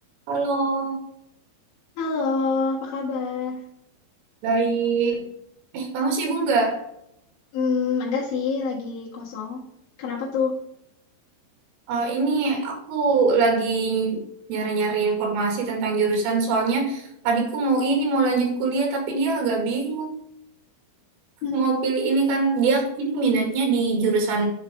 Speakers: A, on the right (about 75°); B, on the left (about 65°).
A: Halo,
B: Halo, apa kabar?
A: baik. Eh, kamu sibuk nggak?
B: Hmm, enggak sih, lagi kosong. Kenapa tuh?
A: Eh, ini aku lagi nyari-nyari informasi tentang jurusan. Soalnya adikku mau ini, mau lanjut kuliah, tapi dia agak bingung.
B: Hmm,
A: Mau pilih ini kan, dia ini minatnya di jurusan